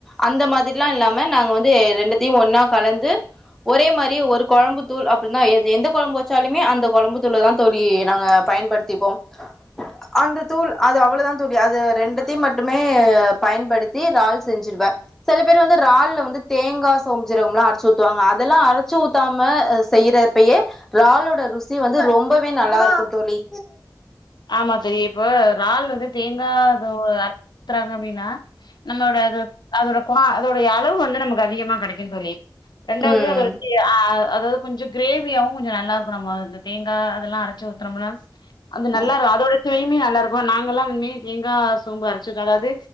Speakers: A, in the centre; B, on the left.
A: அந்த மாதிரல்லா இல்லாம நாங்க வந்து ரெண்டுத்தயு ஒன்னா கலந்து ஒரே மாரி ஒரு கொழம்பு தூள் அப்டினா எ எந்த கொழம்பு வச்சாலுமே அந்த கொழம்பு தூளதா தோழி நாங்க பயன்படுத் திப்போம் அந்த தூள் அது அவ்ளவதா தோழி அது ரெண்டுத்தையு மட்டுமே பயன்படுத்தி றால் செஞ்சுருவே செல பேர் வந்து றால்ல வந்து தேங்கா சோம் சீரகம்லா அரச்சு ஊத்துவாங்க அதெல்லா அரச்சு ஊத்தாம செய்யறப்பயே றாலோட ருசி வந்து ரொம்பவே நல்லா இருக்கு தோழி
B: ஆமா தோழி இப்போ றால் வந்து தேங்கா இதுவு அரச் ஊத்றாங்க அப்டின்னா நம்மோட அது அதோட கொ அதோடய அளவு வந்து நமக்கு அதிகமா கிடைக்குந்தோழி ரெண்டாவது
A: ம்
B: அ <unintelligible> அதாது கொஞ்சோ கிரேவியாவு கொஞ்சோ நல்லாருக்கு நம்ம இந்த தேங்கா அதெல்லா அரச்சு ஊத்துனம்னா அது நல்லா
A: ம்
B: இரு அதோட சுவயுமே நல்லாருக்கு நாங்கல்லா இன்மே தேங்கா சோம்பு அரச்ஊத் அதாவ்து